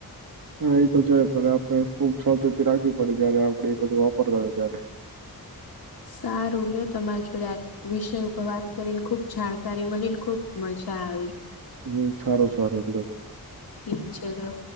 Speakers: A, on the right; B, on the left.
A: હા એ તો જાય પણ આપણે ખુબ સાવચેતી રાખવી પડે જ્યારે આપડે એ બધું વાપરતા હોય ત્યારે.
B: સારું લ્યો તમાર જોડે આ વિષય ઉપર વાત કરીને ખુબ જાણકારી મલીન ખુબ મજા આવી.
A: હમ્મ સારું સારું લો
B: ઠીક છે લ્યો.